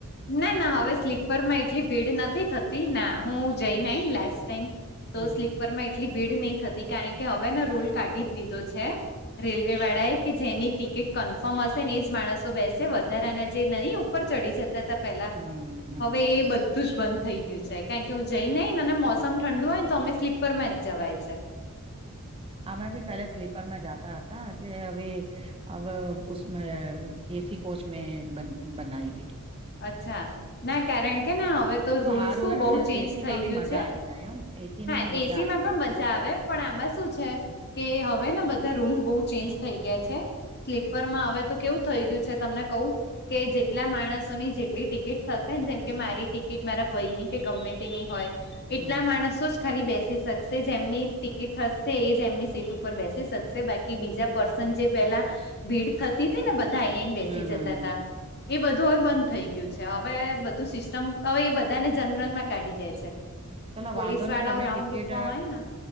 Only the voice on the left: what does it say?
ના ના હવે સ્લીપર માં એટલી ભીડ નથી થતી ના હું જઈને આઈ લાસ્ટ ટાઈમ તો
સ્લીપર માં એટલી ભીડ નહી થતી કારણ કે હવે ને રુલ કાઢી જ દીધો છે. રેલવે વાળા એ કે જેની ટિકીટ કન્ફર્મ હશે ને એજ માણસો બેસે વધારાના જે નહીં ઉપર ચડી જતા હતા પેલા
હવે એ બધુ જ બંધ થઈ ગયું છે કારણ કે હું જઈન ને આઈને અને મોસમ ઠંડુ હોય ને તો અમે સ્લીપરમાં જ જવાય છે.
અચ્છા ના કારણ કે ના હવે તો રૂલ્સ
શું
બહુ
ચેન્જ
થઈ
ગયું
છે.
હા
એસી
માં
પણ મજા આવે પણ આમાં શું છે કે હવે બધા રૂલ બહુ ચેન્જ થઇ ગયા છે. સ્લીપરમાં હવે તો કેવું થઈ ગયું છે તમને કહું કે જેટલા માણસો ની જેટલી ટિકિટ થશેને જેમ કે મારી ટિકિટ મારા ભયની કે ગમે તેની હોય
એટલા માણસો જ ખાલી બેસી શકશે જેમની ટિકિટ હશે એજ એમની સીટ ઉપર બેસી શકશે બા કી બીજા પર્સન જે પેલા ભીડ થતી હતી ને બ ધા આઈને બેસી
જતા હતા એ બધું હવે બંધ થઈ ગયું છે હવે બધું સિસ્ટમ હવે એ બધાને જનરલ માં કાઢી દે છે.
પોલીસ
વાળાઓ
રાઉન્ડ
ઉપર હોય ને